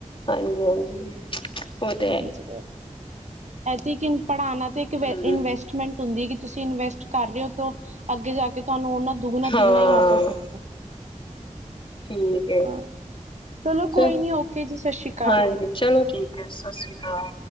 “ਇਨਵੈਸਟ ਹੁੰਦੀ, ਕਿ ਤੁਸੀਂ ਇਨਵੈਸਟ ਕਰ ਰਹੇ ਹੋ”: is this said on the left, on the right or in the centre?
Right